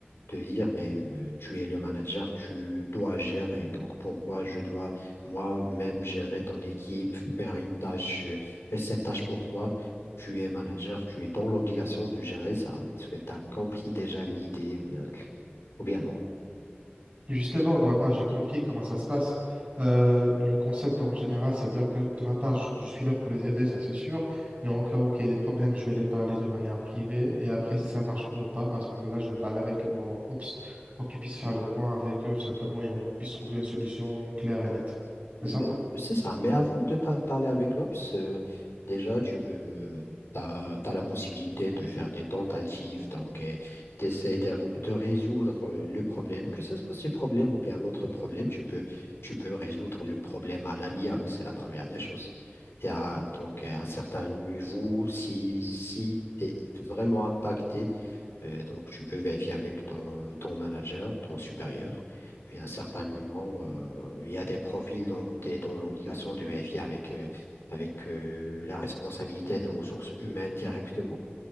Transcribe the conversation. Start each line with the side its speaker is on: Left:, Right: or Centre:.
Left: te dire, mais euh, tu es le manager, tu dois gérer. Donc, pourquoi je dois moi-même gérer ton équipe, faire une tâche, euh, et cette tâche pour toi? Tu es manager, tu es dans l'obligation de gérer ça. Est-ce que tu as compris déjà l'idée ou bien, ou bien non?
Right: Justement, de ma part, j'ai compris comment ça se passe. Euh, le concept en général, c'est-à-dire que de ma part, je, je suis là pour les aider, ça c'est sûr, mais en cas où il y a des problèmes, je vais les parler de manière privée, et après, si ça marche toujours pas, bah, à ce moment-là, je vais parler avec mon Ops pour qu'ils puissent faire le point avec eux, tout simplement, et on puisse trouver une solution claire et nette.
Left: Mais,
Right: C'est ça?
Left: euh, C'est ça. Mais avant de pa- parler avec l'Obs, euh, déjà, tu veux, t'as, t'as la possibilité de faire des tentatives, donc euh, d'essayer de, r- de résoudre euh, le problème, que ce soit ce problème ou bien un autre problème, tu peux, tu peux résoudre le problème à l'amiable, c'est la première des choses. Et à, donc, à un certain niveau, si, si tu es vraiment impacté, euh, donc, tu peux vérifier avec ton, euh, ton manager, ton supérieur. Et à un certain moment, euh, il y a des profils dont tu es dans l'obligation de vérifier avec, euh, avec euh, la responsabilité des ressources humaines directement.